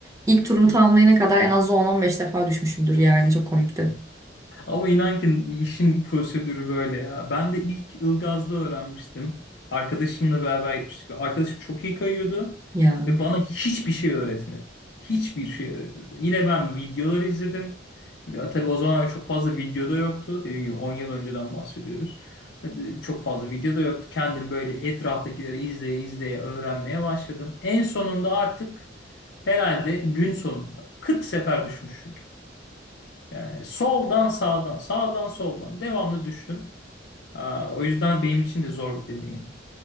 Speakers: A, on the right (about 15°); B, on the left (about 65°).
A: İlk turumu tamamlayana kadar en az 10-15 defa düşmüşümdür yani çok komikti.
B: Ama inan ki işin prosedürü böyle ya. Ben de ilk Ilgaz'da öğrenmiştim. Arkadaşımla beraber gitmiştik. Arkadaşım çok iyi kayıyordu
A: Ya,
B: ve bana hiçbir şey öğretmedi. Hiçbir şey öğretmedi. Yine ben videoları izledim. Ve tabii o zaman çok fazla videoda yoktu. Dediğim gibi 10 yıl önceden bahsediyoruz. Çok fazla videoda yoktu. Kendim böyle etraftakileri izleye izleye öğrenmeye başladım. En sonunda artık herhalde gün sonunda 40 sefer düşmüşüm. Yani soldan sağdan, sağdan soldan devamlı düştüm. Aa, o yüzden benim için de zor bir deneyimdi.